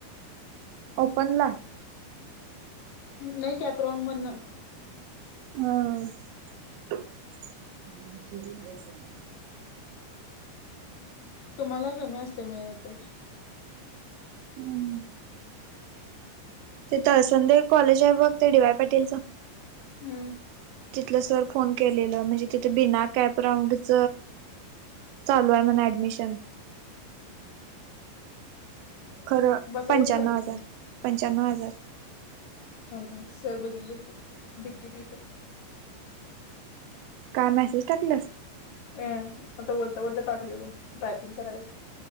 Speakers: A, on the right; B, on the left.
A: ओपन ला?
B: नाही कॅप्रोन मधनं.
A: हं
B: तुम्हाला कमी असते मिले तर
A: हम्म, ते तळसंदे एक कॉलेज आहे बघं, ते डी वाय पाटीलचं
B: हम्म,
A: तिथलं सर फोन केलेलं, म्हणजे तिथं बिना कॅप राऊंड च चालू आहे, म्हण ऍडमिशन. खरं
B: बसायला
A: पंच्यान्नाव
B: तर पाहिजे
A: हजार
B: की
A: पंच्यान्नव हजार.
B: थांब थांब सर बघितले, ते डि के टी चे.
A: का मॅसेज टाकल्यास?
B: होय आता बोलता-बोलता टाकलेलो टायपिंग करायल्यात.